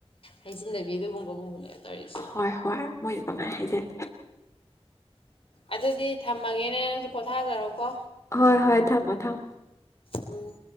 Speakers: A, on the left; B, on the left.
A: ꯍꯥꯏꯖꯟꯅꯕꯤ ꯑꯗꯨꯒꯨꯝꯕ ꯇꯧꯔꯤꯁꯦ
B: ꯍꯣꯏ ꯍꯣꯏ ꯃꯣꯏꯅ ꯄꯪ ꯍꯥꯏ ꯍꯥꯏꯖꯟ
A: ꯑꯗꯨꯗꯤ ꯊꯝꯃꯒꯦꯅꯦ ꯅꯪꯁꯨ ꯄꯣꯊꯥꯖꯔꯣꯀꯣ
B: ꯍꯣꯏ ꯍꯣꯏ ꯊꯝꯃꯣ ꯊꯝꯃꯣ
A: ꯎꯝ